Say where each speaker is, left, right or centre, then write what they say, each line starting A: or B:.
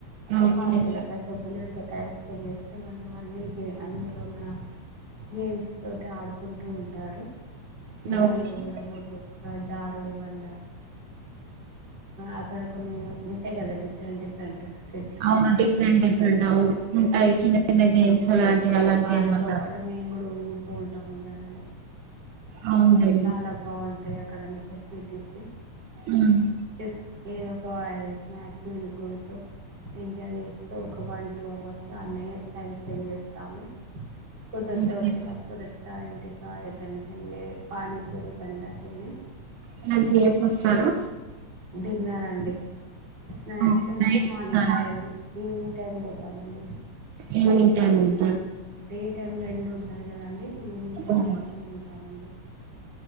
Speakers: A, on the right (about 80°); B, on the right (about 35°).
A: ఓకే
B: పార్కులో కసూపులాంటి టైమ్ స్పెండ్ చేస్త ళు అన్నీ గే అందులో ఉన్న గేమ్స్ తోటి ఆడుకుంటూ ఉంటారు ఉయ్యాలు
A: ఓకే
B: ఊగడం తక్క జారుడు బండ ఆక్కడ కొన్ని ఉంటాయి కదా డిఫరెంట్ డిఫరెంట్ కిడ్స్కి
A: అవును డిఫరెంట్ డిఫరెంట్ అవును ఉంటాయి చిన్న చిన్న గేమ్స్ అలాంటివి
B: వాళ్ళతో
A: ఏమన్నా
B: పాటు మేము కూడా ఊగుతూ ఉంటాం ఉయ్యాలలో
A: అవునులేండి
B: చాలా బాగుంటాయి అక్కడ ఉన్నా ఫెసిలిటీస్
A: ఉమ్
B: చెప్ ఏదో ఒక స్నాక్స్ తినుకుంటూ ఎంజాయ్ చేస్తూ ఒక వన్ టూ అవర్స్ అన్న టైం స్పెండ్ చేస్తాము కుదిరితే
A: ఓకే
B: వచ్చేటప్పుడు రెస్టారెంట్ ఏటన అళ పానీపూరి బంద తిని
A: ఇలా చేసి వస్తారు
B: డిన్నర్ అండి స్నాక్స్
A: ఓకే నైట్
B: మార్నింగ్
A: వెళ్తారా
B: టైమ్ ఈవినింగ్ టైం పోతామండి
A: ఏం తింటారండి
B: డే టైమ్ లో ఎండ్ ఉంటాది కదండి ఈవినింగ్ టైమ్
A: ఉమ్,
B: లో వెళ్తూ ఉంటామండి